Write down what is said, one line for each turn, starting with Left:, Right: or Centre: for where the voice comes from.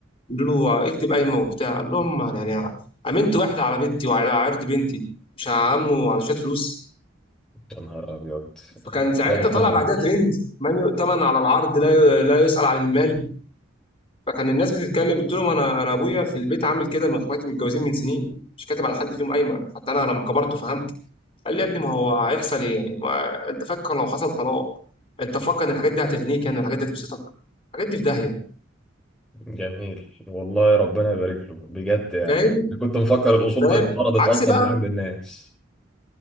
Left: يقولوا له آه، اكتب قايمه وبتاع قال لهم يعني امنت واحده على بنتي وعلى عرض بنتي مش هعمله على شويه فلوس
Centre: يا نهار أبيض والله
Left: فكان ساعتها
Centre: ربنا
Left: طالع
Centre: يبارك
Left: بعدها
Centre: له
Left: ترند من يؤتمن على العرض لا لا يسأل عن المال فكان الناس بتتكلم قلت لهم انا انا ابويا في البيت عامل كده من اخواتي متجوزين من سنين مش كاتب على حد فيهم قايمه حتى انا لما كبرت فهمت قال لي يا ابني ما هو هيحصل ايه يعني ما انت فكر لو حصل طلاق انت فكر ان الحاجات دي هتغنيك يعني الحاجات دي هتبسطك الحاجات دي في داهيه
Centre: جميل والله ربنا يبارك له بجد يعني
Left: فاهم
Centre: أنا كنت مفكر الأصول
Left: فاهم
Centre: ده اتقرضت
Left: عكس
Centre: أصلا
Left: بقى
Centre: من عند الناس